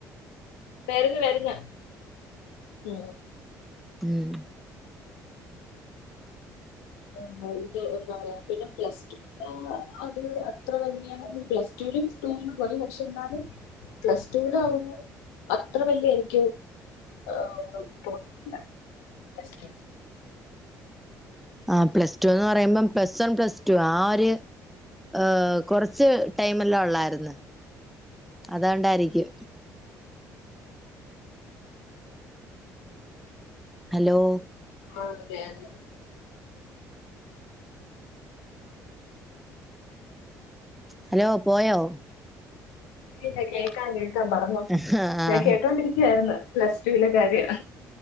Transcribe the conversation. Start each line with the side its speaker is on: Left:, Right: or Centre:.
Left: വര് ന്ന് വരുന്ന ഉം
Centre: ഉം
Left: ആഹ് ഇത് എന്താ പറയാ പിന്നെ പ്ലസ് അത് അത്ര വലിയ പ്ലസ് ടുവില് പോലും പക്ഷെ എന്നാലും പ്ലസ് ടൂവി ആവുന്നു അത്ര വല്യ എക്ക് ആഹ് ഒ തോണിയിട്ടില്ലസ്
Centre: ആഹ് പ്ലസ് ടു എന്ന് പറയുമ്പം പ്ലസ് വൺ പ്ലസ് ടു ആഹ് ഒരു ഏ കൊറച്ച് ടൈമല്ലാം ഉള്ളായിന്ന് അതുകൊണ്ടായിരിക്കും ഹലോ
Left: ആഹ് അതെ അതെ
Centre: ഹലോ പോയോ
Left: തക്കെ കേക്കാ കേൾക്കാൻ പറഞ്ഞു
Centre: ആഹ്
Left: ഞാൻ കേട്ടോണ്ടിരിക്കായിരുന്നു പ്ലസ് ടുവിലെ കാര്യം